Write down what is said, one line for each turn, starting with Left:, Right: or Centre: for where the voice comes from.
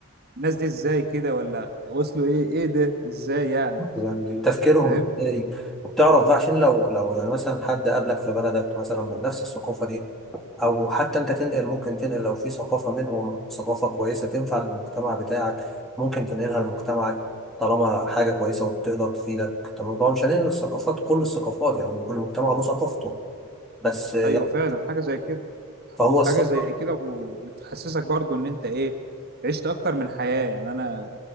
Right: الناس دي ازاي كده ولا وصلوا ايه ايه ده ازاي يعني
Centre: يعني تفكيرهم
Right: فاهم
Centre: ازاي وبتعرف بقى عشان لو لو يعني مثلا حد قابلك في بلدك مثلا من نفس الثقافة دي أو حتى أنت تنقل ممكن تنقل لو في ثقافة منهم ثقافة كويسة تنفع للمجتمع بتاعك ممكن تنقلها لمجتمعك طالما حاجة كويسة وتقدر تفيدك تمام طبعا مش هننقل الثقافات كل الثقافات يعني كل مجتمع له ثقافته بس يعني
Right: ايوه فعلا حاجه زي كده
Centre: فهو
Right: حاجة
Centre: الثقافة
Right: زي كده وبتحسسك برضو ان انت ايه عشت اكتر من حياة يعني انا